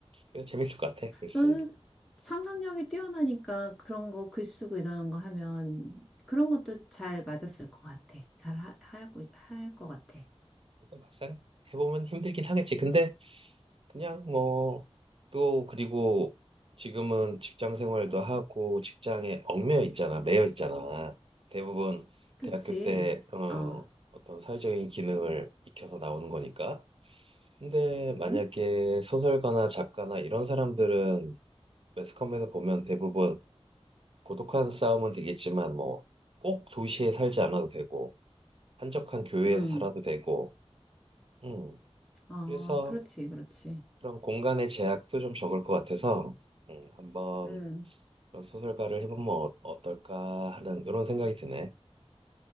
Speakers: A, on the right (about 55°); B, in the centre.
A: 그래서 재밌을 것 같아. 글 쓰는
B: 너는
A: 게.
B: 상상력이 뛰어나니까 그런 거 글 쓰고 이러는 거 하면 그런 것도 잘 맞았을 것 같아. 잘 하, 하고 할 것 같아.
A: 그래서 막상 해보면 힘들긴 하겠지. 근데 그냥 뭐 또 그리고 지금은 직장 생활도 하고 직장에 얽매여 있잖아, 매여 있잖아. 대부분
B: 그치?
A: 대학교 때 어,
B: 어.
A: 어떤 사회적인 기능을 익혀서 나오는 거니까. 근데
B: 음?
A: 만약에 소설가나 작가나 이런 사람들은 매스컴에서 보면 대부분 고독한 싸움은 되겠지만 뭐 꼭 도시에 살지 않아도 되고 한적한 교외에서
B: 음.
A: 살아도 되고. 음.
B: 아,
A: 그래서
B: 그렇지, 그렇지.
A: 그런 공간의 제약도 좀 적을 것 같아서 음, 한번
B: 음.
A: 그런 소설가를 해보면 어- 어떨까 하는 이런 생각이 드네.